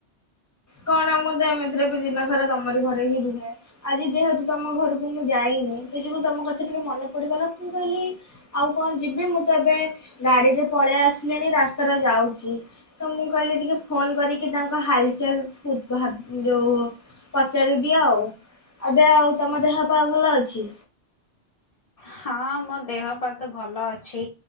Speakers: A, on the left; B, on the left.
A: କଣ ମୁଁ ତ ଏମିତିରେ ବି ଦିନ ସାରା ତମରି ଘରେ ହିଁ ରୁହେଁ। ଆଜି ଯେହେତୁ ତମ ଘରକୁ ମୁଁ ଯାଇନି ସେ ଯୋଗୁଁ ତମ କଥା ଟିକେ ମନେ ପଡିଗଲା ମୁଁ କହିଲି। ଆଉ କଣ ଯିବି ମୁଁ ତ ଏବେ ଗାଡିରୁ ପଳେଇ ଆସିଲିଣି ରାସ୍ ସ୍ତା ରେ ଯାଉଛି ତ ମୁଁ କହିଲି ଟିକେ ଫୋନ୍ କରିକି ତାଙ୍କ ହାଲଚାଲ। ପୁ ଭାବ୍ ଯୋଉ ପଚାରି ଦିଏ ଆଉ। ଏବେ ଆଉ ତମ ଦେହ ପା ଭଲ ଅଛି।
B: ହଁ ମୋ ଦେହ ପା ତ ଭଲ ଅଛି।